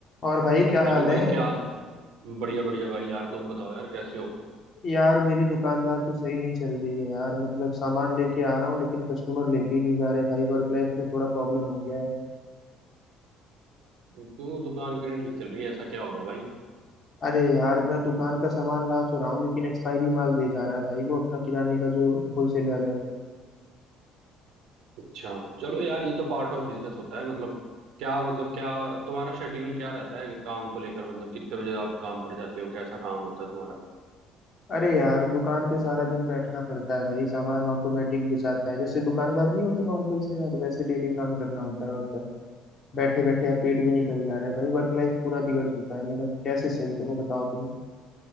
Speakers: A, on the left; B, on the right.
A: और भाई क्या हाल
B: Hello भाई
A: है
B: क्या हाल बढ़िया बढ़िया भाई यार तुम बताओ यार कैसे हो
A: यार मेरी दुकानदार तो सही नहीं चल रही है यार मतलब सामान लेके आ रहा हूँ लेकिन कस्टमर लेके ही नहीं जा रहे हैं भाई वर्क लाइफ में थोड़ा प्रॉब्लम हो गया है
B: क्यों दुकान क्यों नहीं ठीक चल रही है ऐसा क्या हो गया भाई
A: अरे यार मैं दुकान का सामान ला तो रहा हूँ लेकिन एक्सपायरी माल दे जा रहा है भाई वो अपना किराने का जो होलसेलर है
B: अच्छा चलो यार ये तो पार्ट ऑफ बिजनेस होता है मतलब क्या मतलब क्या तुम्हारा शेड्यूल क्या रहता है काम को लेकर मतलब कितने बजे आप काम पर जाते हो कैसा काम होता है तुम्हारा
A: अरे यार दुकान पे सारा दिन बैठना पड़ता है भाई सामान ऑटोमेटिक बेचाता है जैसे दुकानदार नहीं होते नॉर्मल से यार वैसे डेली काम करना होता है और क्या बैठे बैठे यार पेट भी निकल जा रहा है भाई वर्क लाइफ पूरा बिगड़ चुका है मेरा कैसे सही करूँ बताओ तुम